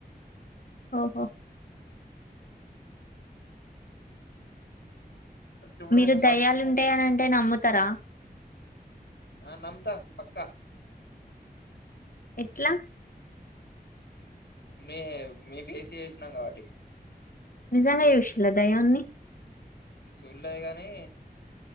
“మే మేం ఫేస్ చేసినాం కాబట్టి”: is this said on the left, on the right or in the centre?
Left